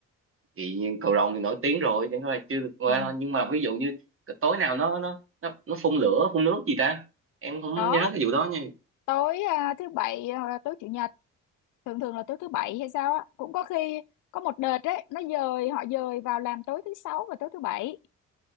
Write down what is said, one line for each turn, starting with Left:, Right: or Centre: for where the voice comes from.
Right: thì nhiên cầu rồng thì nổi tiếng rồi chẳng qua là chưa được qua
Left: ừ
Right: thôi nhưng mà ví dụ như tối nào nó nó nó nó phun lửa phun nước gì ta em không
Left: có
Right: nhớ cái vụ đó nha
Left: tối à, thứ bảy à, tối chủ nhật thường thường là tối thứ bảy hay sao á cũng có khi có một đợt đấy nó dời họ dời vào làm tối thứ sáu và tối thứ bảy